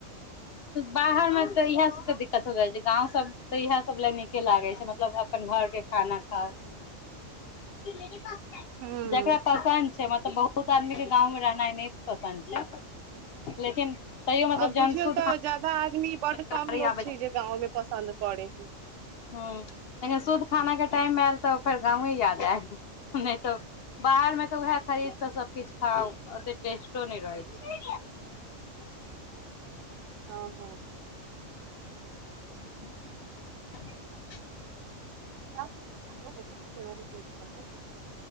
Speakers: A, on the left; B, on the right.
A: बाहरमे तऽ इएह सभके दिक्कत हो जाई छै ईसबगाव सभ तऽ इह सभ लए नीके लागे छै। मतलब अपन घरके खाना खाउ। जेकरा
B: हम्म
A: पसन्द छै, मतलब बहुत आदमी के गावमे रहनाइ ने। पसन्द छै, लेकिन। तैयो मतलब
B: आ बुझियौ
A: जहन शुद्ध
B: तऽ ज्यादा आदमी बड
A: खाना
B: कम लोग
A: आबै
B: छै, जे गावमे पसन्द करे।
A: हैं, लेकिन शुद्ध खानाके टाइम आयल तऽ ओकर गावे याद आयल नहि तऽ। बाहरमे तऽ उएह खरीद कऽ सभकुछ खाउ ओते टेस्टो नहि रहैत छै।
B: हैं।
A: <unintelligible>
B: <unintelligible> हो कर